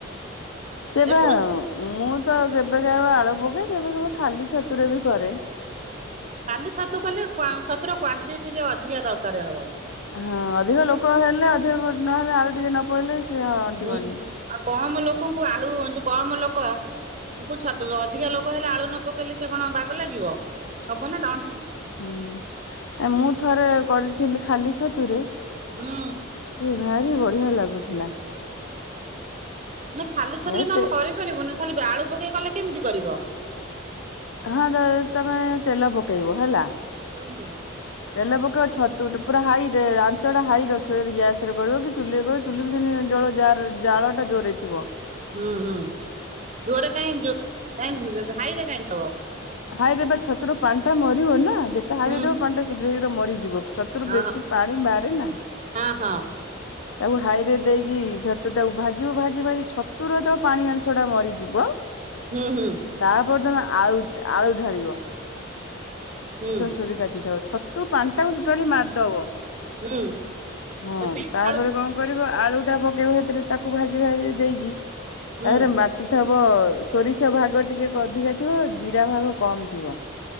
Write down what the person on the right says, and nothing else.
ପ୍ରୋ
ଖାଲି ଛତୁ କଲେ ଛତୁର କ୍ଵାଣ୍ଟିଟି ଅଧିକା ଦରକାର ହବ।
ହୁଁ ଆଉ କମ ଲୋକଙ୍କୁ ଆଳୁ ଯୋଉ କମ ଲୋକଙ୍କୁ ଛତୁ ଅଧିକା ଲୋକ ହେଲେ ଆଳୁ ନ ପକେଇଲେ ସେ କଣ ବାଗ ଲାଗିବ ହବନା
ହୁଁ।
ନା ଖାଲି ଛତୁରେ
ତ
ଆମେ କରିପାରିବୁନି ଖାଲି ଆଳୁ ପକେଇ ଗଲେ କେମିତି କରିବ।
ହୁଁ
ହୁଁ ହୁଁ ଜୋର କାଇଁ ଜୋ ହଇରେ କାହିଁ ଦବ।
ହୁଁ
ହଁ
ହଁ ହଁ।
ହୁଁ ହୁଁ
ହୁଁ
ହୁଁ
ଆଉ ସେଇ
ଆଳୁ
ହୁଁ